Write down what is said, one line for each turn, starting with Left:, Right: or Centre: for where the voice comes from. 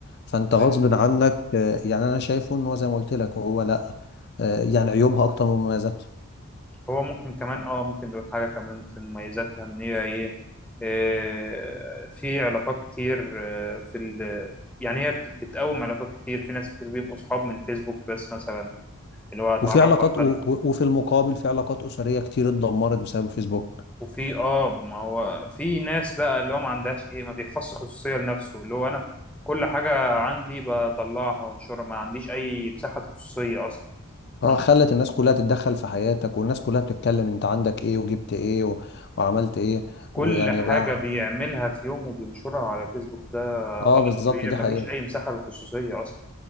Left: فانت غصب
Centre: طيب
Left: عنك آه، يعني انا شايفه ان هو زي ما قلت لك هو لا آه، يعني عيوبها اكتر من مميزاتها
Centre: هو ممكن كمان اه ممكن نقول حاجة كمان في مميزاتها ان هي ايه آه، في علاقات كتير آه، في ال... يعني هي بت- بتقوم علاقات كتير في ناس كتير بيبقوا صحاب من فيسبوك بس مثلا اللي هو اتعرف
Left: وفي علاقات
Centre: على حد
Left: و- و- وفي المقابل في علاقات اسريه كتير اتدمرت بسبب الفيسبوك
Centre: وفي اه ما هو في ناس بقى اللي هو ما عندهاش ايه ما بيحفظش خصوصية لنفسه اللي هو انا كل حاجة عندي بطلعها وانشرها ما عنديش اي مساحة خصوصية اصلا
Left: اه
Centre: عن
Left: خلت الناس كلها تتدخل في حياتك والناس كلها بتتكلم انت عندك ايه وجبت ايه و- وعملت ايه
Centre: كل
Left: ويعني
Centre: حاجة
Left: بقى
Centre: بيعملها في يوم وبينشرها على فيسبوك ده
Left: اه
Centre: غلط
Left: بالظبط
Centre: كبير
Left: دي
Centre: ما
Left: حقيقة
Centre: فيش اي مساحة للخصوصية اصلا